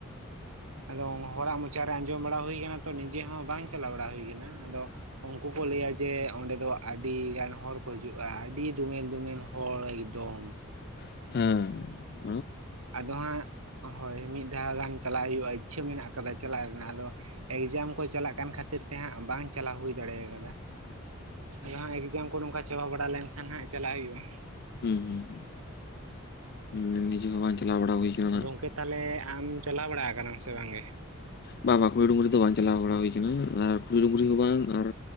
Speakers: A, on the right; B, on the left.
A: ᱟᱫᱚ ᱦᱚᱲᱟᱜ ᱢᱚᱪᱟ ᱨᱮ ᱟᱸᱡᱚᱢ ᱵᱟᱲᱟ ᱦᱩᱭ ᱠᱟᱱᱟ ᱛᱚ, ᱱᱤᱡᱮ ᱦᱚᱸ ᱵᱟᱝ ᱪᱟᱞᱟᱣ ᱵᱟᱲᱟ ᱦᱩᱭ ᱠᱟᱱᱟ᱾ ᱟᱫᱚ ᱩᱱᱠᱩ ᱠᱚ ᱞᱟᱹᱭᱟ ᱡᱮ ᱚᱸᱰᱮ ᱫᱚ ᱟᱹᱰᱤᱜᱟᱱ ᱦᱚᱲ ᱠᱚ ᱦᱤᱡᱩᱜᱼᱟ, ᱟᱹᱰᱤ ᱫᱳᱢᱮᱞ ᱫᱳᱢᱮᱞ ᱦᱚᱲ ᱮᱠᱫᱚᱢ᱾
B: ᱦᱮᱸᱻ᱾
A: ᱟᱫᱚ ᱦᱟᱸᱜ ᱦᱚᱭ ᱢᱤᱫ ᱫᱷᱟᱣ ᱜᱟᱱ ᱪᱟᱞᱟᱜ ᱦᱩᱭᱩᱜᱼᱟ, ᱤᱪᱪᱷᱟᱹ ᱢᱮᱱᱟᱜ ᱠᱟᱫᱟ ᱪᱟᱞᱟᱜ ᱨᱮᱱᱟᱜ᱾ ᱟᱫᱚ ᱮᱠᱡᱟᱢ ᱠᱚ ᱪᱟᱞᱟᱜ ᱠᱟᱱ ᱠᱷᱟᱹᱛᱤᱨ ᱛᱮ ᱦᱟᱸᱜ ᱵᱟᱝ ᱪᱟᱞᱟᱣ ᱦᱩᱭ ᱫᱟᱲᱮᱭ ᱠᱟᱫᱟ᱾ ᱟᱫᱚ ᱦᱟᱸᱜ ᱮᱠᱡᱟᱢ ᱠᱚ ᱱᱚᱝᱠᱟ ᱪᱟᱵᱟ ᱵᱟᱲᱟ ᱞᱮᱱᱠᱷᱟᱱ ᱦᱟᱸᱜ ᱪᱟᱞᱟᱜ ᱦᱩᱭᱩᱜᱼᱟ᱾
B: ᱦᱩᱸ ᱦᱩᱸ ᱦᱩᱸ ᱱᱤᱡᱮ ᱦᱚᱸ ᱵᱟᱝ ᱪᱟᱞᱟᱣ ᱵᱟᱲᱟ ᱦᱩᱭ ᱠᱟᱱᱟ ᱱᱟᱜ
A: ᱜᱚᱝᱠᱮ ᱛᱟᱦᱚᱞᱮ ᱟᱢ ᱪᱟᱞᱟᱣ ᱵᱟᱲᱟ ᱠᱟᱱᱟᱢ ᱥᱮ ᱵᱟᱝ ᱜᱮ?
B: ᱵᱟ ᱵᱟ ᱠᱷᱩᱲᱤ ᱰᱩᱝᱨᱤ ᱫᱚ ᱵᱟᱝ ᱪᱟᱞᱟᱣ ᱵᱟᱲᱟ ᱦᱩᱭ ᱠᱟᱱᱟ, ᱟᱨ ᱠᱷᱩᱲᱤ ᱰᱩᱝᱨᱤ ᱦᱚᱸ ᱵᱟᱝ ᱟᱨ